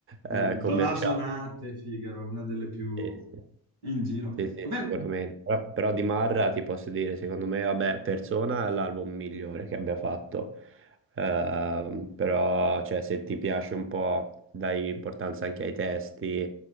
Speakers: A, on the right; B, on the right.
A: eh,
B: Blasonate,
A: commerciali.
B: Figaro, una delle più
A: Sì, sì.
B: in giro.
A: Sì, sì,
B: Vabbè,
A: sicuramente. Però, però di Marra ti posso dire, secondo me, vabbè, Persona è l'album migliore che abbia fatto. Ehm, però, cioè, se ti piace un po', dai importanza anche ai testi,